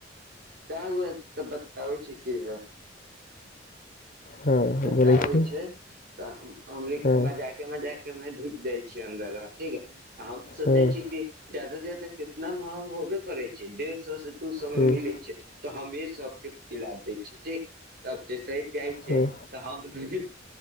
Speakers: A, on the right (about 55°); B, on the left (about 45°).
A: क हुए तऽ बताबै छी क
B: हँ
A: पैसा
B: बोलै छी
A: होइ छै तऽ हम
B: हँ
A: मजाके मजाक मे ढुक जाइ छीयै अन्दर ठीक है आ हम सोचै
B: हँ
A: छी कि जादा से जादा केितना महगा होबे करै छै डेढ़ सए से दू सए मे
B: हँ
A: मिलै छै तऽ हमे सबके पिला दै छियै ठीक तब तऽ सहि जाइ छै
B: हँ
A: तऽ हम त रहे